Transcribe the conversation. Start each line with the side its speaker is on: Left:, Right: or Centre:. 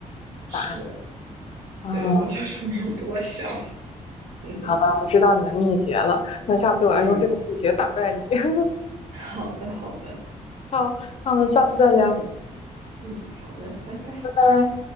Right: 是，
Left: 答案。嗯，
Right: 对，我就是没有多想。<laughs>
Left: 好的，我知道你的秘诀了。那下次我要用这个秘诀打败你。
Right: 嗯，
Left: <laughs>
Right: 好的，好的，
Left: 好，那我们下次再聊，
Right: 嗯
Left: 拜
Right: 嗯，好的，拜拜。
Left: 拜。